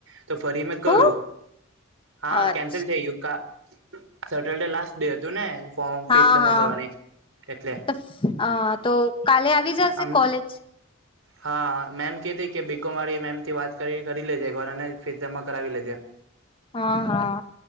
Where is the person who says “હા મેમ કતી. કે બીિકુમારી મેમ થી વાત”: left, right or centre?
Right